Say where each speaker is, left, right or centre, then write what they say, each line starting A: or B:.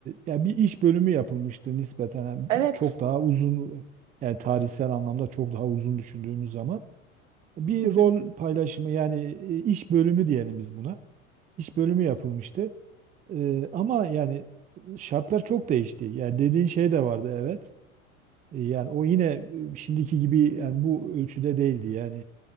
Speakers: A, on the right; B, on the right.
A: ya bir iş bölümü yapılmıştı nispeten Yani
B: Evet.
A: çok daha uzun yani tarihsel anlamda çok daha uzun düşündüğümüz zaman bir
B: Hı hı.
A: rol paylaşımı yani e, iş bölümü diyelim biz buna. İş bölümü yapılmıştı. Ee, ama yani şartlar çok değişti. Yani dediğin şey de vardı evet. Ee, Yani o yine e, şimdiki gibi yani bu ölçüde değildi. Yani